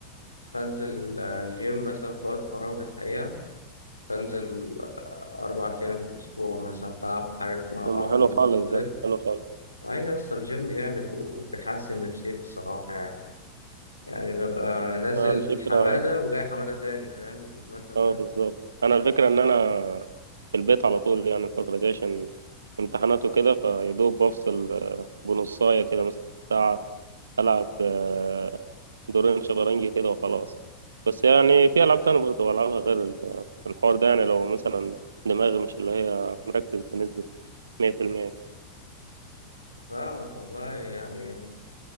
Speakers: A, on the left (about 85°); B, on the right (about 70°).
A: بنزل آه، الجيم مثلا في وقت فراغي الحقيقة بنزل آه، أربع أيام في الأسبوع مثلا بلعب حاجة اسمها
B: لما
A: أرنولد
B: حلو خالص
A: سبليت
B: ده حلو خالص
A: أي أصل الجيم جامد وبيحسن نفسيتي الصراحة يعني يعني ببقى نازل
B: أنا الفكرة
A: حمادة وجاي حمادة تاني فاهم المثل
B: اه
A: ده
B: بالظبط أنا الفكرة إن أنا في البيت على طول يعني الفترة دي عشان امتحانات وكده فيدوب بفصل آه، بنصاية كده مثلا ساعة ألعب آه، دورين شطرنج كده وخلاص بس يعني في ألعاب تانية برضه بلعبها غير ال- الحوار ده يعني لو مثلا دماغي مش اللي هي مركز بنسبة مية في المية
A: فاهمك والله يعني